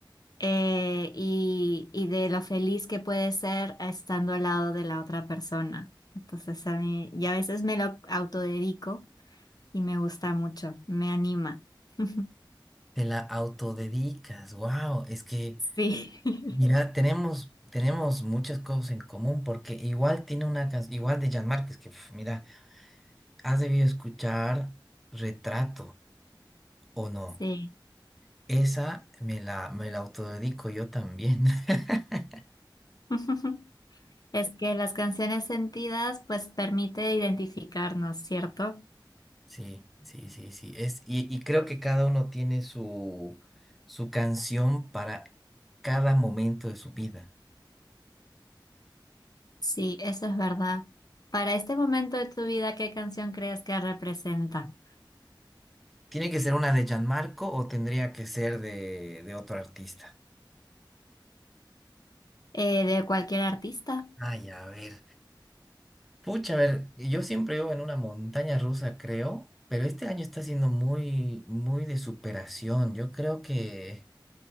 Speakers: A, on the left (about 50°); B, in the centre.
A: Eh, y, y de lo feliz que puede ser estando al lado de la otra persona. Entonces a mí, y a veces me lo autodedico y me gusta mucho, me anima. <laughs>
B: te la autodedicas. Wow, es que,
A: Sí, <laughs>
B: mira, tenemos, tenemos muchas cosas en común porque igual tiene una canción, igual de Jan es que, pf, mira, has debido escuchar Retrato o no.
A: sí.
B: Esa me la, me la autodedico yo también. <laughs>
A: <laughs> Es que las canciones sentidas pues permite identificarnos, ¿cierto?
B: Sí, sí, sí, sí. Es, y, y creo que cada uno tiene su, su canción para cada momento de su vida.
A: Sí, eso es verdad. Para este momento de tu vida, ¿qué canción crees que representa?
B: ¿Tiene que ser una de Gianmarco o tendría que ser de, de otro artista?
A: Eh, ¿de cualquier artista?
B: Ay, a ver. Pucha, a ver, yo siempre vivo en una montaña rusa, creo, pero este año está siendo muy, muy de superación. Yo creo que,